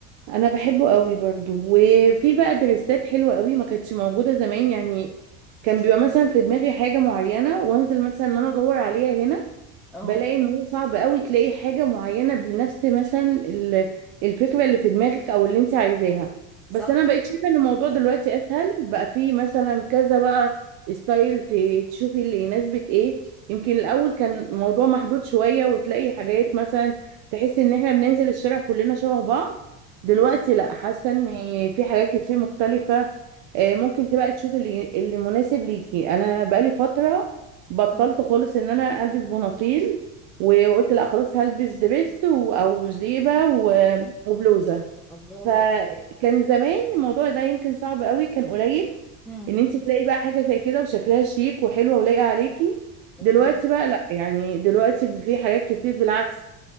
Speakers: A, on the right; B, in the centre.
A: انا بحبه قوي برضو وفي بقى دريسات حلوة قوي ما كانتش موجودة زمان يعني كان بيبقى مثلا في دماغي حاجة معينة وانزل مثلا ان انا ادور عليها هنا
B: اه
A: بلاقي ان هو صعب قوي تلاقي حاجة معينة بنفس مثلا ال- الفكرة اللي في دماغك او اللي انت عايزاها
B: صح
A: بس انا بقيت شايفة ان الموضوع دلوقتي اسهل بقى فيه مثلا كذا بقى ستايل ت- تشوفي اللي يناسبك ايه يمكن الاول كان الموضوع محدود شوية وتلاقي حاجات مثلا تحس ان احنا بننزل الشارع كلنا شبه بعض دلوقتي لا حاسة ان في حاجات كتير مختلفة آه، ممكن تبقى تشوفي اللي اللي مناسب ليكي انا بقالي فترة بطلت
B: مم.
A: خالص ان انا البس بناطيل وقلت لا خلاص هلبس دبس و- او جيبه و- وبلوزه
B: الله
A: فكان زمان الموضوع ده يمكن صعب قوي كان قليل
B: امم
A: ان انت تلاقي بقى حاجه زي كده وشكلها شيك وحلوه ولايقه عليكي
B: اوكي
A: دلوقتي بقى لا يعني دلوقتي في حاجات كتير بالعكس